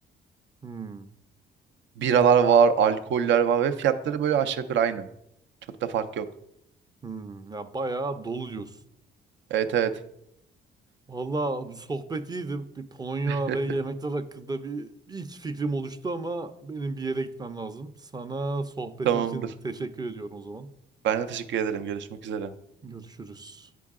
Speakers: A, on the right; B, on the right.
A: Hmm.
B: biralar var, alkoller var ve fiyatları böyle aşağı yukarı aynı. Çok da fark yok.
A: Hmm. Ya bayağı dolu diyorsun.
B: Evet evet.
A: Valla bu sohbet iyiydi. Bir Polonya
B: <laughs>
A: ve yemekler hakkında bir, bir iki fikrim oluştu ama benim bir yere gitmem lazım. Sana sohbetin
B: Tamamdır.
A: için teşekkür ediyorum o zaman.
B: Ben de teşekkür ederim. Görüşmek üzere.
A: Görüşürüz.